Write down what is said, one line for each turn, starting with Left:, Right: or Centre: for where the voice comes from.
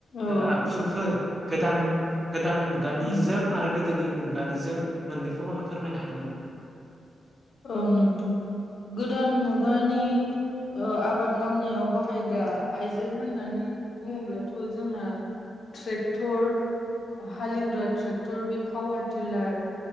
Left: औ
Right: आगजुफोर गोदान गोदान मुगानिजों
Left: औ
Right: आरो गोदोनि मुगानिजों मोननैखौबो आंनो फोरमायनो हागोन नामा
Left: औ नोंथां गोदान मुगानि आबाद मावनायाव बाहायग्रा आइजें होननानै बुङोब्लाथ' जोंहा ट्रेक्टर हालेवग्रा ट्रेक्टर बे पावार टिलार